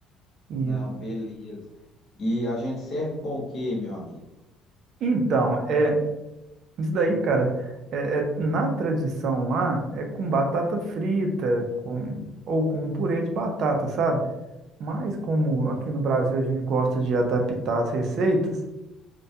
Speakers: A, on the right; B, on the left.
A: Isso.
B: Não, beleza. E a gente serve com o quê, meu amigo?
A: Então, é isso daí, cara. É, é- na tradição lá é com batata frita, com ou com um purê de batata, sabe? Mas como aqui no Brasil a gente gosta de adaptar as receitas,